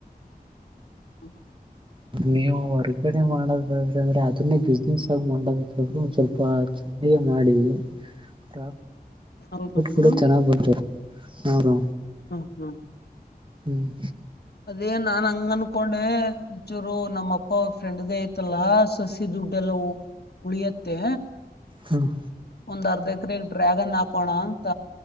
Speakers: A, on the left (about 85°); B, on the right (about 30°).
A: ಹ
B: ನೀವು ಹೊರ್ಗಡೆ ಮಾಡದಾದ್ರೆ ಅಂದ್ರೆ ಅದನ್ನೇ ಬಿಸ್ನೆಸ್ ಆಗ ಮಾಡದರು ಒಂದ್ ಸ್ವಲ್ಪ ಅಗೆ ಮಾಡಿ ಪ್ರಾ
A: ಹೌದಬ್ರು
B: ಕೂಡ ಚೆನ್ನಾಗ್ ಬಂದ ನಾವ್ರ
A: ಹ್ಮ್ ಹ್ಮ್
B: ಹ್ಮ್
A: ಅದೇ ನಾನ್ ಹಂಗ ಅನ್ಕೊಂಡ ನೋ ಇಂಚೂರು ನಮ್ಮಪ್ಪ ಅವ್ರ ಫ್ರೆಂಡ್ ಐತಲ್ಲಾ ಸಸಿ ದುಡ್ಡೆಲ್ಲ ಉಳಿಯತ್ತೆ
B: ಹ್ಮ್
A: ಒಂದ್ ಅರ್ಧ ಎಕರೆಗ್ ಡ್ರ್ಯಾಗನ್ ಹಾಕೋಣ ಅಂತ